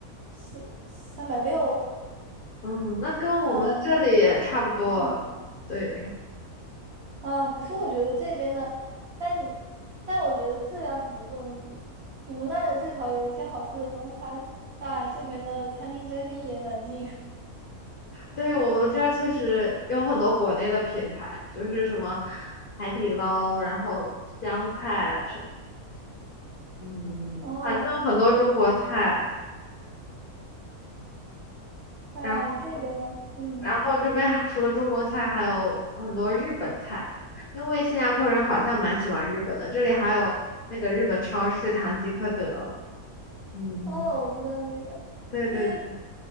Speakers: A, on the right (about 55°); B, on the left (about 75°).
A: 四三百六，
B: 嗯，那跟我们这里也差不多。
A: 嗯嗯，
B: 对，
A: 啊，可是我觉得这边的，但但我觉得质量肯定不能比。你们那儿至少有一些好吃的中餐啊，这边的餐厅真是一言难尽。
B: 对，我们这儿确实有很多国内的品牌，就是什么海底捞，然后湘菜啊什么，嗯，
A: <laughs> 哦，
B: 反正很多中国菜。
A: 我哎这边呢，
B: 然后，
A: 嗯，
B: 然后这边还除了中国菜，还有很多日本菜，因为新加坡人好像蛮喜欢日本的。这里还有那个日本超市唐吉诃德。嗯，
A: 哦，我知道那个，
B: 对对对，
A: 因为